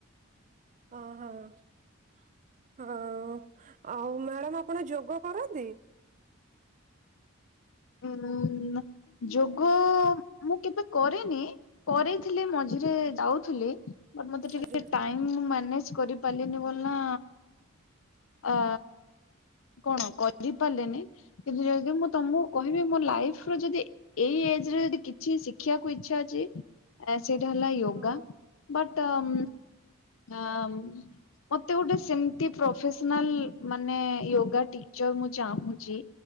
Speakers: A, on the right; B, on the left.
A: ଅ ହଁ-ହଁ। ଆଉ ମ୍ୟାଡମ୍ ଆପଣ ଯୋଗ କରନ୍ତି?
B: ଉଁ ଯୋଗ ମୁଁ କେବେ କରିନି। କରିଥିଲି ମଝିରେ ଯାଉଥିଲି ବଟ୍ ମତେ ଟିକେ
A: ଆଜ୍ଞା
B: ଟାଇମ୍ ମୁଁ ମ୍ୟାନେଜ୍ କରି ପାରିଲିନି ବୋଲି ନା ଆ କଣ କରିପାରିଲନି କିନ୍ତୁ ଯଦି ମୁଁ ତମୁ କହିବି ମୋ ଲାଇଫ୍ ର ଯଦି ଏଇ ଏଜରେ ଯଦି କିଛି ଶିଖିବାକୁ ଇଚ୍ଛା ଅଛି ଆ ସେଇଟା ହେଲା ୟୋଗା
A: ହଁ
B: <unintelligible> ହଁ ମତେ ଗୋଟେ ସେମିତି ପ୍ରଫେସନାଲ୍ ମାନେ ୟୋଗାଟି ଟିଚର ଚାଁହୁଚି